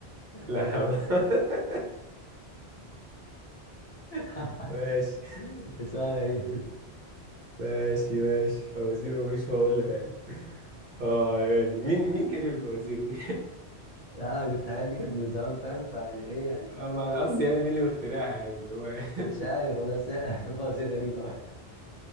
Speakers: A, on the right; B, on the left.
A: لا
B: هي الفكرة
A: حول
B: في كده
A: <laughs>
B: <laughs>
A: ماشي
B: اسمها غريب
A: ماشي ماشي فوازير ومفيش فواصيل فعلا آه يعني مين مين كاتب الفوازير دي؟
B: لا انا كنت حياتي كانت من زمان فاهم فيعني ايه
A: <laughs>
B: يعني
A: آه ما أنا قصدي يعني مين اللي مخترعها يعني اللي هو
B: مش
A: <laughs>
B: عارف والله بس هي <laughs> فوازير غريبة أوي